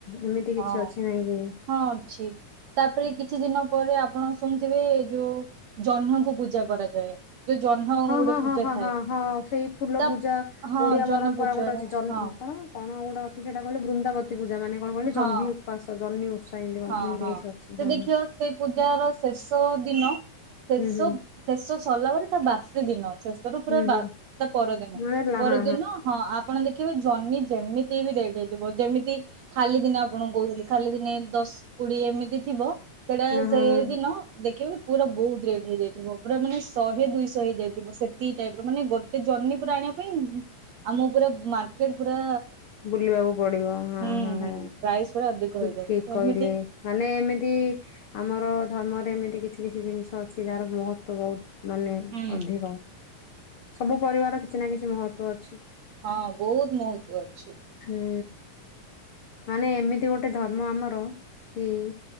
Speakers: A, on the left; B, on the right.
A: ଏମିତି କିଛି
B: ହଁ
A: ଅଛି ନାଇଁ କି?
B: ହଁ ଅଛି। ତାପରେ କିଛି ଦିନ ପରେ ଆପଣ ଶୁଣିୁଥିବେ ଯୋଉ ଜହ୍ନକୁ ପୂଜା କରାଯାଏ। ଯୋଉ ଜହ୍ନ
A: ହଁ,
B: ଗୋଟେ
A: ହଁ,
B: ପୂଜା
A: ହଁ, ହଁ,
B: ଥାଏ
A: ହଁ, ହଁ ସେଇ ଫୁଲ
B: ତା
A: ପୂଜା
B: ହଁ
A: ଓଡିଆ ପରମ୍ପରା
B: ଜହ୍ନ ପୂଜାର
A: ଗୋଟେ ଅଛି ଜ
B: ହଁ
A: କଣ? କଣ ଗୋଟେ ଅଛି ସେଟା କହିଲେ ବୃନ୍ଦାବତି ପୂଜା। ମାନେ କଣ କହିଲେ?
B: ହଁ
A: ଜହ୍ନି ଉପାସ, ଜହ୍ନି ଓଷା ଏମିତି
B: ହଁ ହଁ
A: କିଛି ଅଛି
B: ସେ
A: ହଁ
B: ଦେଖିବ
A: ହଁ
B: ସେଇ ପୂଜାର ଶେଷ ଦିନ। ଶେଷ,
A: ହୁଁ ହୁଁ
B: ଶେଷ ସରିଲା ପରେ ତା ବାସି ଦିନ। ଶେଷ ପୁରା
A: ହୁଁ
B: ବା
A: ହୁଁ
B: ତା ପରଦିନ।
A: ମିଳିଲା
B: ପରଦିନ
A: ହଁ
B: ହଁ ଆପଣ ଦେଖିବେ ଜହ୍ନି ଯେମିତି ହେଲେ ଦିଆ ଯାଇଥିବ। ଯେମିତି ଖାଲି ଦିନେ ଆପଣଙ୍କୁ କହୁଥିଲି। ଖାଲି ଦିନେ ଦଶ କୋଡିଏ ଏମିତି ଥିବ। ସେଟା
A: ହଁ
B: ସେ
A: ହଁ ହଁ
B: ଦିନ ଦେଖିବେ। ପୁରା ବହୁତ ରେଟ୍ ହେଇଯାଇଥିବ। ପୁରା ମାନେ ଶହେ ଦୁଇଶହ ହେଇଯାଇଥିବ। ସେତିକି ଟାଇପ ର ମାନେ ସେ ଜହ୍ନି ପୁରା ଆଣିବା ପାଇଁ ଆମକୁ ପୁରା ମାର୍କେଟ ପୁରା
A: ବୁଲିବାକୁ ପଡିବ। ହଁ,
B: ହୁଁ
A: ହଁ,
B: ହୁଁ ପ୍ରାଇସ୍ ପୁରା ଅଧିକ
A: ଠିକ
B: ହେଇଯାଏ
A: ଠିକ
B: ସେମିତି
A: କହିଲେ। ମାନେ ଏମିତି ଆମର ଧର୍ମରେ ଏମିତି କିଛି କିଛି ଜିନିଷ ଅଛି ଯାହାର ମହତ୍ଵ ବହୁତ ମାନେ
B: ହୁଁ।
A: ଅଧିକ। ସବୁ ପରିବାର କିଛି ନା କିଛି ମହତ୍ୱ ଅଛି।
B: ହଁ ବହୁତ ମହତ୍ଵ ଅଛି।
A: ହୁଁ, ମାନେ ଏମିତି ଗୋଟେ ଧର୍ମ ଆମର ହୁଁ।